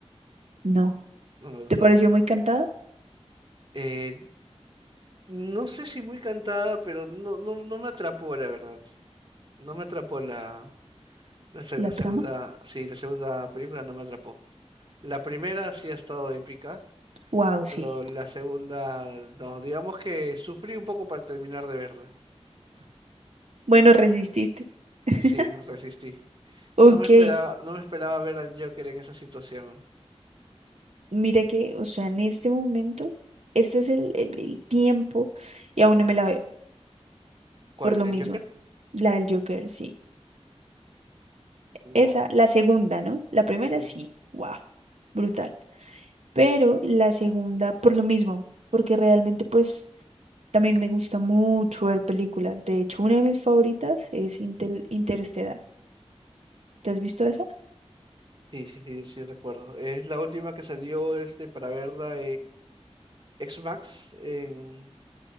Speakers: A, on the right; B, on the right.
A: No.
B: No, no me gusta
A: ¿Te pareció
B: la segunda.
A: muy cantada
B: Eh, no sé si muy cantada, pero no, no, no me atrapó, la verdad. No me atrapó la, la, se-
A: la
B: la segunda,
A: trama?
B: sí, la segunda película no me atrapó. La primera sí ha estado épica,
A: Wow, sí.
B: pero la segunda, no, digamos que sufrí un poco para terminar de verla.
A: Bueno, resististe. <laughs>
B: Sí, resistí.
A: Ok,
B: No me esperaba, no me esperaba ver al Joker en esa situación.
A: mira que, o sea, en este momento, este es el, el, el tiempo y aún no me la veo,
B: ¿Cuál,
A: por lo
B: el
A: mismo.
B: Joker?
A: La del Joker, sí.
B: Wow.
A: Esa, la segunda, ¿no? La primera,
B: Sí,
A: sí. Wow, brutal. Pero la segunda, por lo mismo, porque realmente, pues, también me gusta mucho ver películas. De hecho, una de mis favoritas es Intel- Interestelar. ¿Te has visto esa?
B: sí, sí, sí, sí recuerdo. Es la última que salió este para verla X-Max en...